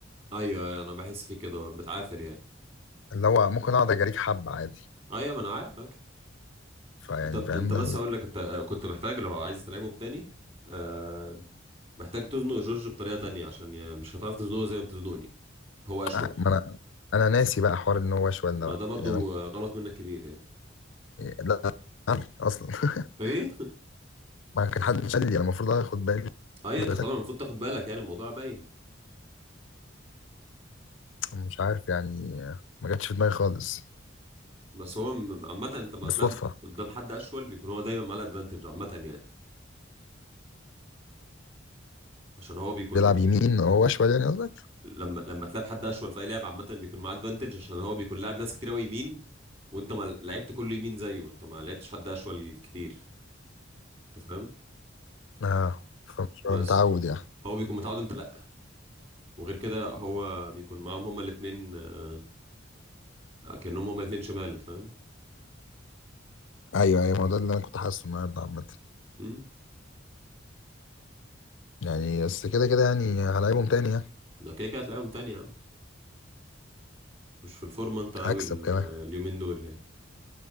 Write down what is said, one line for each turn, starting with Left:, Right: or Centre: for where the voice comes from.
Right: ايوه أيوة، انا بحس فيه كده هو متعافر يعني
Left: اللي هو ممكن اقعد اجريك حبه عادي
Right: ايوه ما انا عارف عارف.
Left: فيعني
Right: انت
Left: فاهم
Right: انت بس
Left: لا لا.
Right: هقول لك انت كنت محتاج لو عايز تلعبهم تاني آه... محتاج تزنق جورج بطريقه تانية عشان ي... مش هتعرف تزنقه زي ما بتزنقني هو اشول
Left: آه، ما انا انا ناسي بقى حوار ان هو شويه
Right: ما
Left: بقى
Right: ده برضو
Left: يعني انا
Right: آه، غلط منك كبير يعني
Left: لا عادي اصلا <laughs>
Right: ايه
Left: ما كان حد قال لي انا المفروض اخد بالي
Right: ايوه انت
Left: بس
Right: طبعا المفروض تاخد بالك يعني الموضوع باين
Left: مش عارف يعني ما جاتش في دماغي خالص
Right: بس هو م- عامة انت لما
Left: بالصدفه
Right: تلعب قدام حد اشول بيكون هو دايما معاه الادفانتج عامة يعني عشان هو بيكون
Left: بيلعب يمين هو شويه يعني قصدك
Right: لما لما تلعب حد اشول في اي لعبة عامة بيكون معاه ادفانتج عشان هو بيكون لاعب ناس كتير قوي يمين وانت ما لعبت كله يمين زيه انت ما لعبتش حد اشول كتير انت فاهم
Left: اه فمش
Right: بس
Left: متعود يعني
Right: هو بيكون متعود انت لا وغير كده هو بيكون معاهم هما الاتنين آه، كأنهم هما الاتنين شمال انت فاهم
Left: ايوه ايوه ما هو ده اللي انا كنت حاسه النهارده عامه
Right: امم
Left: يعني بس كده كده يعني هلاعبهم تاني يعني
Right: ده كده كده هتلاقيهم تاني يا عم مش في الفورمة انت قوي
Left: هكسب
Right: ال-
Left: كمان
Right: اليومين دول يعني